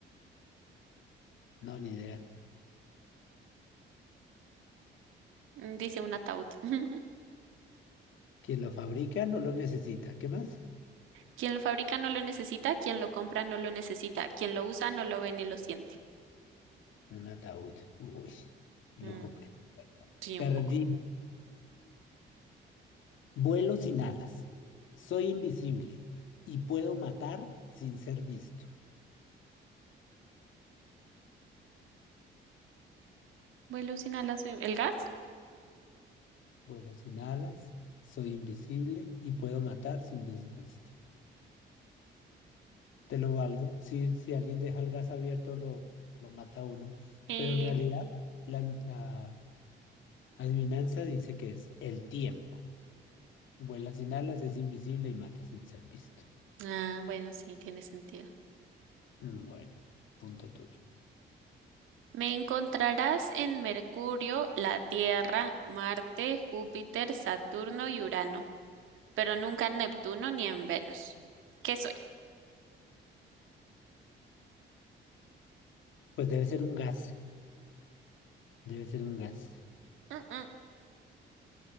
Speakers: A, on the left; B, on the right.
A: No, ni idea.
B: Mm, Dice un ataúd. <laughs>
A: Quien lo fabrica no lo necesita. ¿Qué más?
B: Quien lo fabrica no lo necesita. Quien lo compra no lo necesita. Quien lo usa no lo ve ni lo siente.
A: Un ataúd. Uy, lúgubre.
B: Mm, sí,
A: Perdí.
B: un poco.
A: Vuelo sin alas. Soy invisible y puedo matar sin ser visto.
B: Vuelo sin alas, soy- el gas.
A: Vuelo sin alas. Soy invisible y puedo matar sin ser visto. Te lo valgo. Si, si alguien deja el gas abierto, lo, lo mata a uno.
B: Eh,
A: Pero en realidad, la, la adivinanza dice que es el tiempo. Vuela sin alas, es invisible y mata sin ser visto.
B: ah, bueno, sí, tiene sentido.
A: Mm, Bueno, punto tuyo.
B: Me encontrarás en Mercurio, la Tierra, Marte, Júpiter, Saturno y Urano, pero nunca en Neptuno ni en Venus. ¿Qué soy?
A: Pues debe ser un gas. Debe ser un gas.
B: Mm, mm,